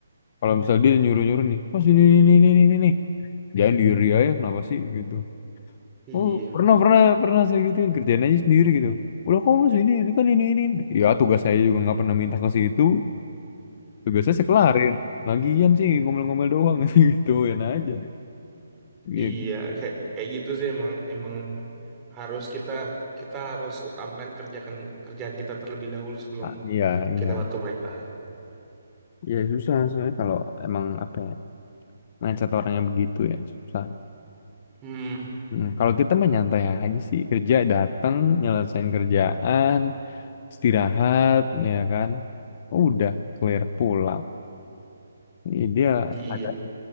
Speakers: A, on the left; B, on the right.
A: kalau misalnya dia nyuruh nyuruh nih oh sini ini ini ini ini jangan diri aja kenapa sih gitu
B: Iya,
A: Oh, pernah, pernah, pernah saya gituin. kerjaan aja sendiri gitu. Udah kamu sini, ini ini kan ini, ini. ini." Ya, tugas saya juga nggak pernah minta ke situ. Tugas saya saya kelarin. Lagian sih, ngomel-ngomel doang. <laughs> Gituin aja. Iya,
B: Iya, kayak kayak gitu sih emang emang harus kita kita harus utamakan kerjakan kerjaan kita terlebih dahulu sebelum
A: Ah, iya, iya.
B: kita bantu mereka.
A: Iya, susah soalnya kalau emang apa ya, mindset orang yang begitu ya, susah.
B: Hmm,
A: Hmm, kalau kita mah nyantai aja sih, kerja datang, nyelesain kerjaan, istirahat, ya kan. Udah, clear pulang. Iya, Dia
B: Iya,
A: Ada.